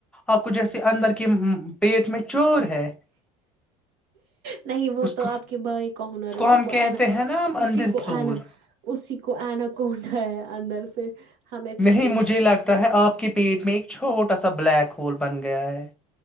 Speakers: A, in the centre; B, on the right.
A: آپ کو جیسے اندر کے پیٹ میں چور ہے
B: نہیں وہ
A: اس
B: تو
A: کو
B: آپ کے بھائی کا ہنر ہے اس
A: ہم
B: کو
A: کہتے
B: انا
A: ہیں نا ہم
B: اسی
A: اندر
B: کو
A: چور
B: انا اسی کو آنا کو ہنر ہے اندر سے ہمیں تو
A: نہیں مجھے
B: ہے
A: لگتا ہے آپ کے پیٹ میں ایک چھوٹا سا بلیک ہول بن گیا ہے